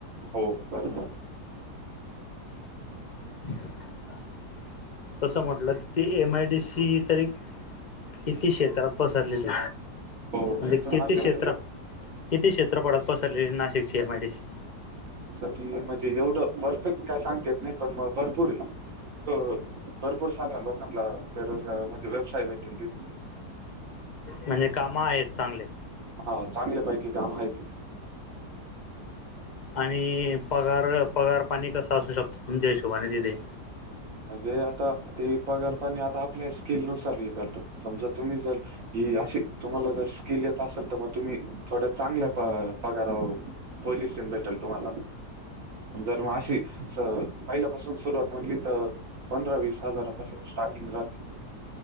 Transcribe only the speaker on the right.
हो, बरोबर
हो
ती पण
अशी
म्हणजे
त्या ती म्हणजे एवढं परफेक्ट काय सांगता येत नाही. पण, मग भरपूर आहे. हो हो भरपूर साध्या लोकांना बेरोजगार म्हणजे व्यवसाय भेटेल ति
हो चांगल्यापैकी काम हाय तिथं.
म्हणजे आता ते पगारपणे आता आपल्या स्किल नुसार हे करतं समजा तुम्ही जल ही अशी तुम्हाला जर स्किल येत असेल, तर मग तुम्ही थोड्या चांगल्या पव पगाराह पोझिशन भेटेल तुम्हाला. जर मग, अशी स पहिल्यापासून सुरुवात म्हटली तर पंधरा वीस हजारापासून स्टार्टिंग राहती.